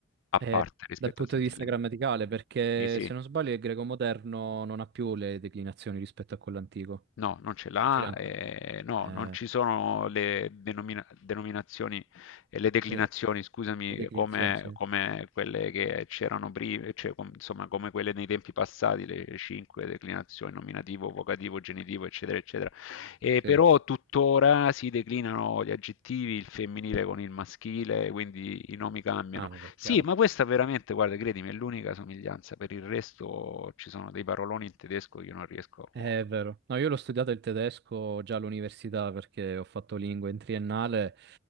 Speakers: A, on the left; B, on the right.
A: a
B: Eh,
A: parte rispetto
B: dal punto
A: a queste
B: di
A: tre
B: vista
A: lingue.
B: grammaticale, perché
A: Sì, sì.
B: se non sbaglio il greco moderno non ha più le declinazioni rispetto a quello antico.
A: No, non ce l'ha,
B: O ce le ha ancora?
A: eh, no, non ci
B: Eh,
A: sono le denomina- denominazioni, eh, le declinazioni,
B: le,
A: scusami,
B: le declinazioni,
A: come,
B: sì.
A: come quelle che c'erano prima, cioè, com- insomma, come quelle nei tempi passati, le cinque declinazioni, nominativo, vocativo, genitivo, eccetera, eccetera. Eh,
B: Sì.
A: però tuttora si declinano gli aggettivi, il femminile con il maschile, quindi i nomi cambiano.
B: Ah, vabbè,
A: Sì,
B: chiaro.
A: ma questa veramente, guarda, credimi, è l'unica somiglianza, per il resto ci sono dei paroloni in tedesco che io non riesco a...
B: È vero. No, io l'ho studiato il tedesco già all'università perché ho fatto lingue in triennale